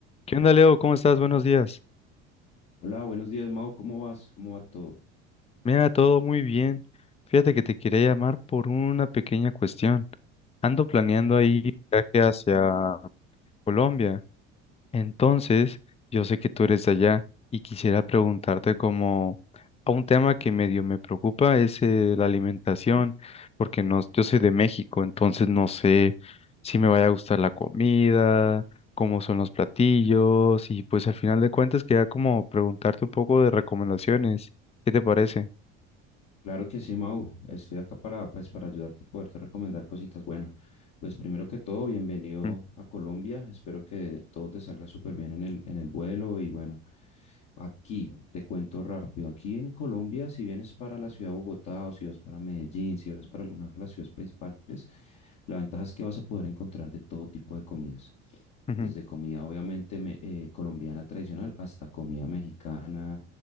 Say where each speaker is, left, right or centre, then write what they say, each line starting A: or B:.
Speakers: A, on the left (about 20°); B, on the left (about 65°).
A: ¿Qué onda, Leo? ¿Cómo estás? Buenos días.
B: Hola, buenos días, Mau. ¿Cómo vas? ¿Cómo va todo?
A: Mira, todo muy bien. Fíjate que te quería llamar por una pequeña cuestión. Ando planeando ahí un viaje hacia Colombia Entonces, yo sé que tú eres de allá y quisiera preguntarte como a un tema que medio me preocupa es eh, la alimentación, porque no, yo soy de México, entonces no sé si me vaya a gustar la comida, cómo son los platillos y pues al final de cuentas quería como preguntarte un poco de recomendaciones. ¿Qué te parece?
B: Claro que sí, Mau. Estoy acá para, pues, para ayudarte y poderte recomendar cositas. Bueno, pues primero que todo, bienvenido
A: Mm,
B: a Colombia. Espero que todo te salga súper bien en el, en el vuelo. Y bueno, aquí te cuento rápido. Aquí en Colombia, si vienes para la ciudad de Bogotá o si vas para Medellín, si vas para alguna de las ciudades principales, la ventaja es que vas a poder encontrar de todo tipo de comidas.
A: ujú,
B: Desde comida, obviamente, me- eh, colombiana tradicional hasta comida mexicana,